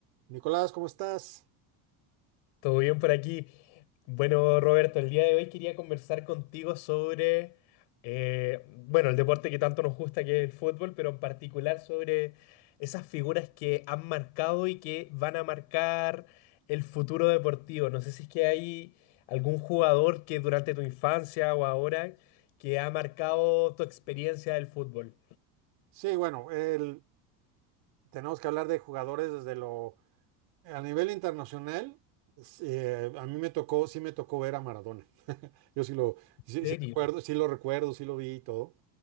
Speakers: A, on the right; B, on the left.
A: Nicolás, ¿cómo estás?
B: Todo bien por aquí. Bueno, Roberto, el día de hoy quería conversar contigo sobre, eh, bueno, el deporte que tanto nos gusta, que es el fútbol, pero en particular sobre esas figuras que han marcado y que van a marcar el futuro deportivo. No sé si es que hay algún jugador que durante tu infancia o ahora que ha marcado tu experiencia del fútbol.
A: Sí, bueno, el- tenemos que hablar de jugadores desde lo... A nivel internacional, sí, eh, a mí me tocó, sí me tocó ver a Maradona. Yo sí lo,
B: ¿En
A: sí,
B: serio?
A: sí recuerdo, sí lo recuerdo, sí lo vi y todo.